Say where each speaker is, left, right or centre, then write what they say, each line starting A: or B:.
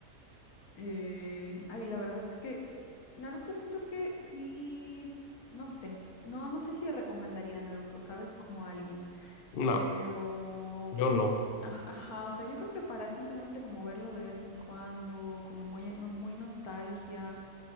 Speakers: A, on the left (about 65°); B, on the left (about 85°).
A: Eh, ay, la verdad es que Naruto siento que sí, no sé, no, no sé si recomendaría a Naruto, ¿sabes? Como a alguien,
B: No,
A: pero,
B: yo no.
A: aj- ajá, o sea, yo creo que para simplemente como verlo de vez en cuando, como muy, no- muy nostalgia,